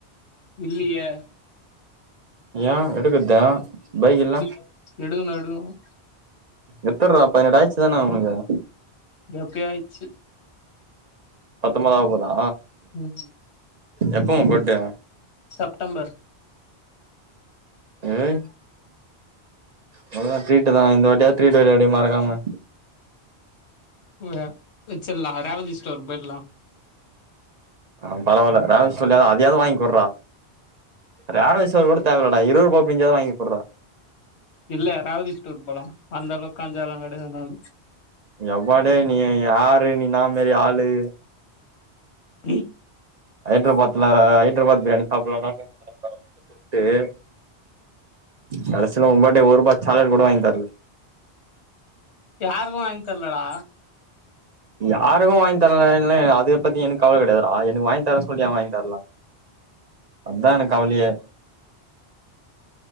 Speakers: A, on the left; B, on the right.
A: இல்லையே
B: ஏ எடுக்கறதே பைக்கில்ல
A: எடுக்கணு எடுக்கணு எடுக்கணு
B: எத்துடுறா பதினெட்டு ஆயிச்சு தானே உனக்கு
A: எப்பையோ ஆய்ச்சு
B: பத்தம்போது ஆக போதா
A: மூச்சி
B: எப்போ உன் பர்த்டே
A: செப்டம்பர்
B: அஹ் அவ்ளோதான் த்ரீட்டு தான் இந்த வாட்டியாது த்ரீட்டு வைடா மறக்காம
A: வ வச்சல்ல ரேவதி ஸ்டோர் போய்லாம்
B: அ பரவால்ல ரேவதி ஸ்டோர் ஆவது அதயாது வாங்கிகுடுறா ரேவதி ஸ்டோர் கூட தேவைலட இருபதுரூபா பிஞ்சாவது வாங்கிகுட்றா
A: இல்ல ரேவதி ஸ்டோர் போலா அந்த அளவுக்கு கஞ்சம்லா கிடையாது நானு
B: எப்பாடே நீ யாரு நீ இன்னா மாரி ஆளு
A: இ
B: ஹைட்ராபாத்ல ஹைட்ராபாத் பிரியாணி சாப்புட்லான்டா <inaudible> கடசீல ஓம் பாட்டு ஒருபா சாக்லேட் கூட வாங்கி <unintelligible>
A: யாருக்கு வாங்கி தர்லடா
B: யாருக்கு வாய்ந் தர்லனா என்ன அது பத்தி எனக் கவல கடையாதுரா என்னு வாய்ந் தர சொல்லி யா வாய்ந் தர்ல அதா எனக் கவ்லியே